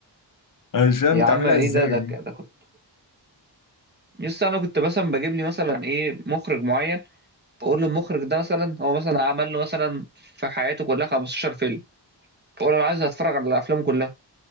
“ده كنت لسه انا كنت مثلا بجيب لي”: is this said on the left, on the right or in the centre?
Right